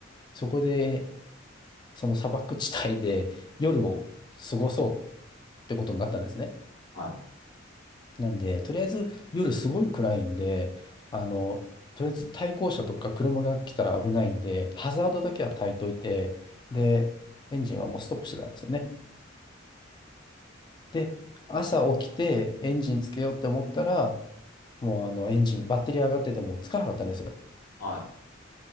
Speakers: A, on the left; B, on the left.
A: そこで、その砂漠地帯で夜を過ごそうってことになったんですね。
B: い、
A: なんで、とりあえず夜すごい暗いんで、あの、とりあえず対向車とか車が来たら危ないんで、ハザードだけは焚いといて、
B: はい。はい
A: で、エンジンはもうストップしてたんですよね。で、朝起きてエンジンつけようって思ったら、もうあのエンジン、バッテリー上がっててもつかなかったんですよ。
B: はい。